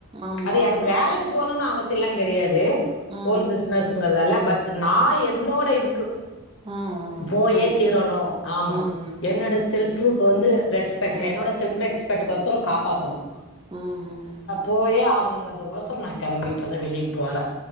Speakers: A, on the right; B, on the left.
A: ஆமா
B: அது எனக்கு வேலைக்கு போனுன்னு அவசியல்ல கெடியாது
A: ம்
B: ஓன் பிசினஸ்ங்கறதால்ல பட் நா என்னோட இதுக்கு
A: ம் ம்
B: போயே
A: புரியுது
B: தீரணு ஆமா
A: புரியுது
B: என்னோட செல்ஃபுக்கு வந்து ரெக்ஸ்பெக்ட்
A: ம்
B: என்னோட செல்ஃப் ரெக்ஸ்பெக்ட்க்கு கொசரோ காப்பாத்தணு
A: ம் ம் ம்
B: போயே ஆகணு அதுக் கொசோரோ நா கெளம்பி இப்பதா வெளிய போற